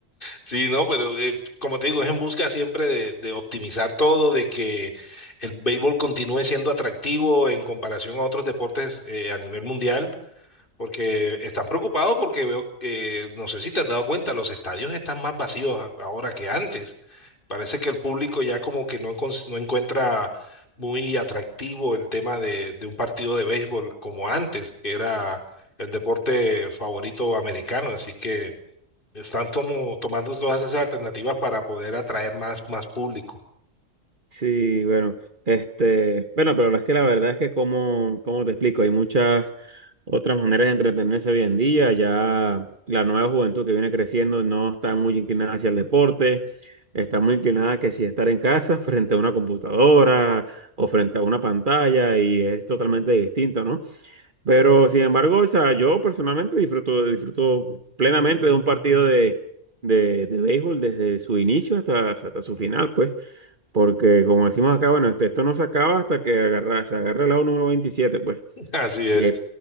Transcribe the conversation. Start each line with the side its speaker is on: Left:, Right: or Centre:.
Left: sí, no, pero eh, como te digo, es en busca siempre de, de optimizar todo, de que el béisbol continúe siendo atractivo en comparación a otros deportes eh, a nivel mundial, porque están preocupados porque veo, que, no sé si te has dado cuenta, los estadios están más vacíos a- ahora que antes. Parece que el público ya como que no, encon- no encuentra muy atractivo el tema de, de un partido de béisbol como antes, que era el deporte favorito americano, así que... Están tomo- tomando todas esas alternativas para poder atraer más, más público.
Right: Sí, bueno, este, bueno, pero es que la verdad es que como, como te explico, hay muchas otras maneras de entretenerse hoy en día, ya la nueva juventud que viene creciendo no está muy inclinada hacia el deporte, está muy inclinada que si estar en casa <laughs> frente a una computadora o frente a una pantalla y es totalmente distinto, ¿no? Pero sin embargo, o sea, yo personalmente disfruto, disfruto plenamente de un partido de, de, de béisbol desde su inicio hasta, hasta su final, pues. Porque como decimos acá, bueno, esto, esto no se acaba hasta que agarra, se agarre el lado número veintisiete pues.
Left: <laughs> Así es.
Right: Y hay,